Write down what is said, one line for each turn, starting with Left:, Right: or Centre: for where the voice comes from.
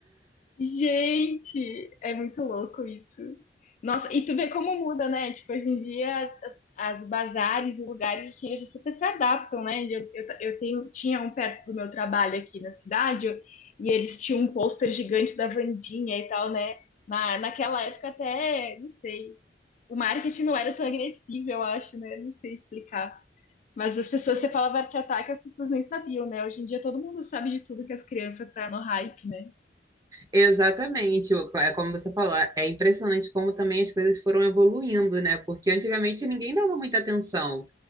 Left: Gente, é muito louco isso. Nossa, e tu vê como muda, né? Tipo, hoje em dia as, as bazares e lugares assim, eles super se adaptam, né? Eu, eu, eu tenho, tinha um perto do meu trabalho aqui na cidade e eles tinham um pôster gigante da Wandinha e tal, né? Na, naquela época até, não sei, o marketing não era tão agressivo, eu acho, né? Não sei explicar. Mas as pessoas, você falava arte ataque, as pessoas nem sabiam, né? Hoje em dia todo mundo sabe de tudo que as crianças tá no hype, né?
Right: Exatamente, o- é como você falou, é impressionante como também as coisas foram evoluindo, né? Porque antigamente ninguém dava muita atenção.